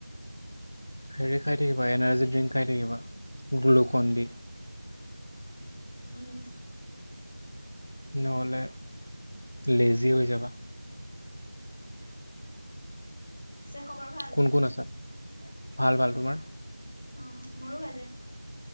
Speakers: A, on the left; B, on the left.
A: হেৰি খাই থাকিবা, এনাৰ্জি ড্ৰিংক খাই থাকিব গ্লুকন দি।
B: উম।
A: নহ'লে, লেজি হৈ যাবা।
B: পিছে খবৰ ভাল।
A: কোন কোন আছা? ভাল ভাল তোমাৰ?
B: অঁ মোৰো ভালে,